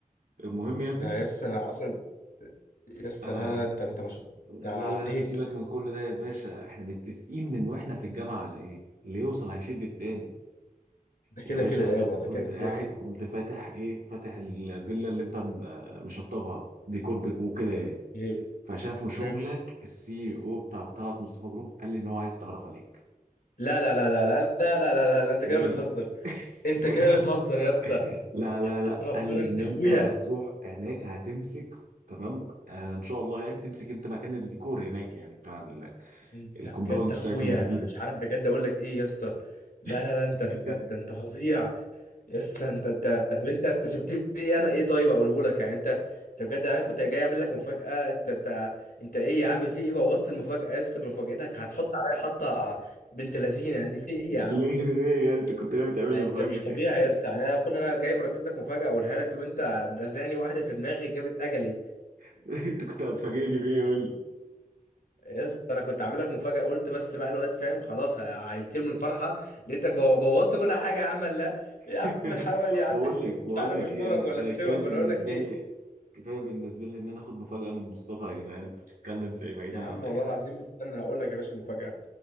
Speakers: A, on the right; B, on the left.
A: المهم يا
B: ده
A: ابني
B: يس انا اصلا يس
A: انا
B: لا لا انت انت ما شاء الله
A: لا
B: ده عديت
A: لا لا لا، سيبك من كل ده يا باشا احنا متفقين من واحنا في الجامعة على ايه اللي يوصل هيشد التاني
B: ده كده
A: يا باشا
B: كده يابا
A: انا
B: ده
A: كنت
B: كده
A: قاعد
B: كده
A: قمت فاتح ايه فاتح الفيلا اللي انت م- مشطبها ديكور بيكون وكده يعني
B: إيه؟
A: فشافوا شغلك
B: مم.
A: السي او بتاع طلعت مصطفى جروب قال لي ان هو عايز يتعرف عليك
B: لا لا لا لا لا لا لا لا لا لا انت
A: لا
B: كده بتهزر
A: <laughs>
B: انت كده بتهزر يا اسطى
A: لا لا
B: حياة
A: لا
B: ربنا
A: قال لي
B: انت
A: ان انت
B: اخويا
A: هتروح هناك هتمسك تمام آه ان شاء الله يعني تمسك انت مكان الديكور هناك يعني بتاع ال-
B: انت
A: الكومباوندز
B: بجد اخويا
A: بتاعتهم الجديده
B: انا مش عارف بجد اقول لك ايه يا اسطى لا
A: <laughs>
B: لا لا انت انت انت, انت فظيع يس انت انت طب انت انت سبت لي ايه انا ايه طيب اقوله لك يعني انت انت بجد انا كنت جاي اعمل لك مفاجأة انت انت انت ايه يا عم في ايه بوظت المفاجأة يس بمفاجأتك هتحط عليا حطة بنت لذينة يعني في ايه يا عم
A: ليه ليه يعني انت كنت ناوي تعمل
B: يعني
A: لي مفاجاه
B: انت مش طبيعي
A: ايه؟
B: يس يعني انا كنا انا جاي مرتب لك مفاجأة اقولها لك تقوم انت رازعني واحدة في دماغي جابت اجلي
A: <laughs> انت كنت هتفاجئني بيه يقول لي
B: يس انا كنت عامل لك مفاجاه قلت بس بقى الواد فاهم خلاص ه- هيطير من الفرحه لقيتك بو- بوظت كل حاجه يا عم لا يا عم
A: <laughs>
B: الحلاوه دي يا عم
A: بقول
B: <laughs>
A: لك بقول
B: مش عارف
A: لك
B: اشكرك
A: ايه انا
B: ولا
A: انا
B: اشتمك
A: كفايه بالنسبه
B: ولا اقول لك ايه
A: لي كفايه بالنسبه لي ان انا اخد مفاجاه من مصطفى يا جدعان انت بتتكلم في ايه بعيدا
B: يا عم
A: عن
B: والله
A: اي حاجه
B: العظيم استنى هقول لك يا باشا المفاجاه